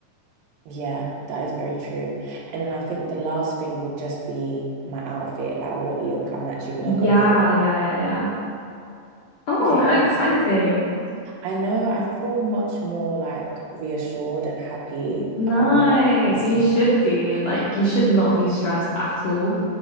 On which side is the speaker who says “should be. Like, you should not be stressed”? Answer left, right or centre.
Left